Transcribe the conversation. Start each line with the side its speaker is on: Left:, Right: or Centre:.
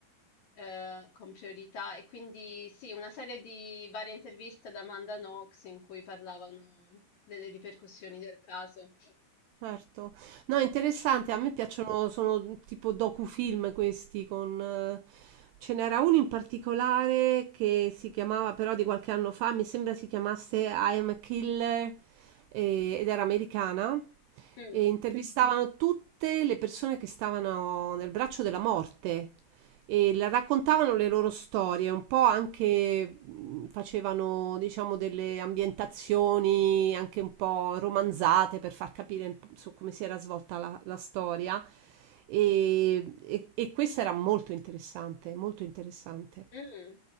Left: eh, con priorità. E quindi sì, una serie di varie interviste ad Amanda Knox in cui parlavano delle ripercussioni del caso.
Right: certo. No, è interessante, a me piacciono, sono tipo docufilm questi con... eh, Ce n'era uno in particolare che si chiamava, però di qualche anno fa, mi sembra si chiamasse I Am a Killer eh, ed era americana
Left: Mm.
Right: e intervistavano tutte le persone che stavano nel braccio della morte. e la- raccontavano le loro storie, un po' anche mh, facevano, diciamo, delle ambientazioni anche un po' romanzate per far capire un po' su come si era svolta la, la storia. E, e- e questo era molto interessante, molto interessante.
Left: Mm.